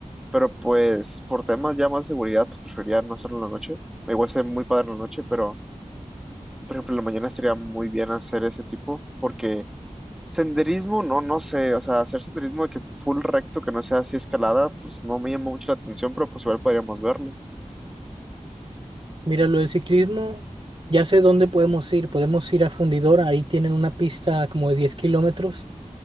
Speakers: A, in the centre; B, on the right (about 40°).
A: pero pues por temas ya más de seguridad, pues preferiría no hacerlo en la noche, igual sé muy padre en la noche, pero por ejemplo, en la mañana estaría muy bien hacer ese tipo, porque Senderismo, no, no sé, o sea, hacer senderismo de que full recto, que no sea así escalada, pues no me llamó mucho la atención, pero pues igual podríamos verlo. O
B: Mira, lo del ciclismo, ya sé dónde podemos ir. Podemos ir a Fundidora, ahí tienen una pista como de 10 kilómetros